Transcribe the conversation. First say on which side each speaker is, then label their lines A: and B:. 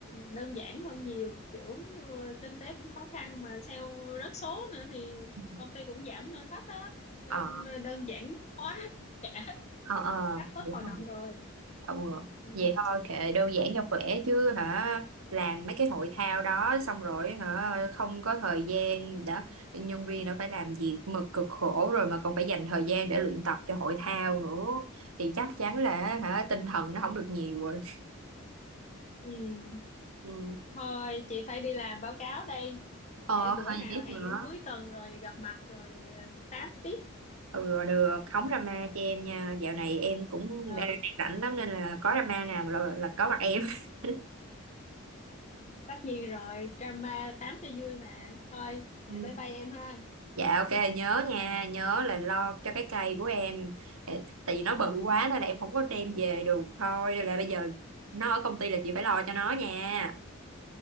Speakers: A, on the left (about 30°); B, on the right (about 80°).
A: đơn giản hơn nhiều kiểu ờ, kinh tế cũng khó khăn mà sale rớt số nữa thì
B: Ừ.
A: công ty cũng giảm ngân sách đó nên
B: ờ
A: đơn giản hóa <laughs> cả
B: ờ ờ
A: các bớt
B: đúng
A: hoạt động rồi
B: rồi ừ.
A: ừ.
B: vậy thôi kệ đơn
A: Ừ.
B: giản cho khỏe chứ hả làm mấy cái hội thao đó xong rồi hả không có thời gian đã nhân viên đã phải làm việc mực cực khổ rồi mà còn phải dành thời gian để luyện tập cho hội thao nữa thì chắc chắn là
A: Ừ.
B: hả tinh thần nó không được nhiều rồi
A: Ừ.
B: ừ.
A: Thôi chị phải đi làm báo cáo đây
B: ờ
A: để bữa
B: thôi
A: nào
B: gì tiếp
A: hẹn
B: nữa
A: em cuối tuần rồi gặp mặt rồi ờ, tám tiếp
B: ừ được không drama cho em nha dạo này em cũng
A: ừ
B: đang rảnh lắm nên là có drama nào là là có mặt em <laughs>
A: tất nhiên rồi drama tám cho vui mà thôi
B: Ừ.
A: để bye bye em ha
B: Dạ ok nhớ nha Nhớ là lo cho cái cây của em Ê, Tại vì nó bự quá Nên là em không có đem về được thôi Nên là bây giờ nó ở công ty là chị phải lo cho nó nha